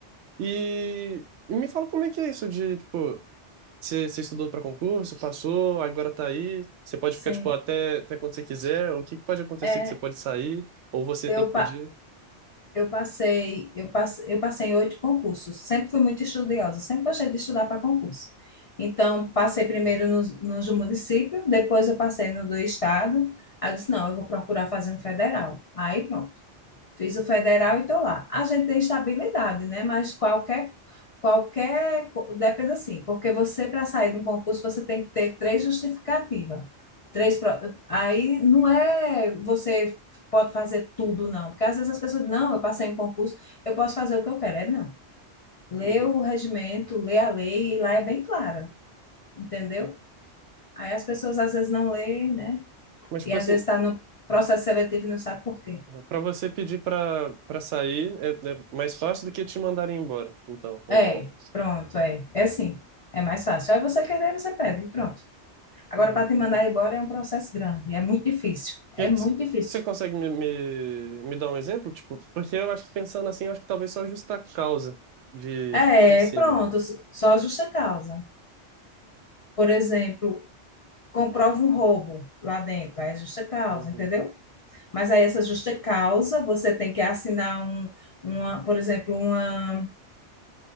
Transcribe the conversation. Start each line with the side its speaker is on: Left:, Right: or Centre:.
Right: E, e me fala como é que é isso de, tipo, você você estudou para concurso, passou, agora tá aí, você pode
Left: Sim,
Right: ficar, tipo, até, até quando você quiser, o que que pode acontecer
Left: é,
Right: que você pode sair, ou você
Left: eu,
Right: tem que
Left: pa-
Right: pedir.
Left: Eu passei, eu passei, eu passei em oito concursos. Sempre fui muito estudiosa, sempre gostei de estudar para concurso. Então, passei primeiro nos, nos do município, depois eu passei no do estado. Aí eu disse, não, eu vou procurar fazer um federal. Aí, pronto. Fiz o federal e estou lá. A gente tem estabilidade, né? Mas qualquer, qualquer, co- depende assim, porque você, para sair de um concurso, você tem que ter três justificativas. Três, pro- aí não é você pode fazer tudo, não. Porque às vezes as pessoas, não, eu passei em concurso, eu posso fazer o que eu quero. É não. Lê
Right: Uhum.
Left: o regimento, lê a lei, e lá é bem clara, entendeu? Aí as pessoas às vezes não leem, né?
Right: Mas, tipo
Left: E às
Right: assim,
Left: vezes está no processo seletivo e não sabe por quê.
Right: para você pedir para para sair é, é mais fácil do que te mandarem embora, então, ou
Left: É,
Right: não?
Left: pronto, é. É assim. É mais fácil. É você querer, você pede, e pronto. Agora,
Right: Uhum.
Left: para te mandar embora é um processo grande, é muito difícil. É
Right: E aí, t-
Left: muito difícil.
Right: você consegue me, me, me dar um exemplo? Tipo, porque eu acho que pensando assim, eu acho que talvez só justa causa de
Left: É,
Right: por cima.
Left: pronto, s- só justa causa. Por exemplo, comprova um roubo lá dentro, aí é justa causa,
Right: Uhum,
Left: entendeu? Mas aí essa justa causa, você tem que assinar um, uma, por exemplo, uma